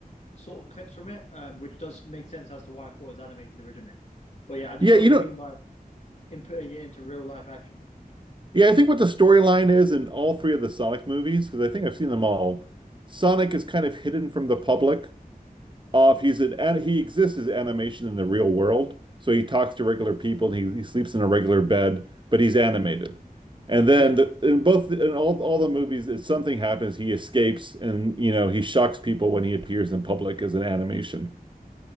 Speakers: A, on the left; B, on the right.
A: sort of clips from it, um, which does make sense as to why I thought it was animated originally. But yeah, I do
B: Yeah,
A: know
B: you
A: what
B: know,
A: you mean by inputting it into real life action.
B: yeah, I think what the storyline is in all three of the Sonic movies, because I think I've seen them all, Sonic is kind of hidden from the public off. He's an he exists as animation in the real world, so he talks to regular people. And he he sleeps in a regular bed, but he's animated. And then
A: Yeah,
B: the, in both in all all the movies, if something happens, he escapes, and you know he shocks people when he appears in public as an animation.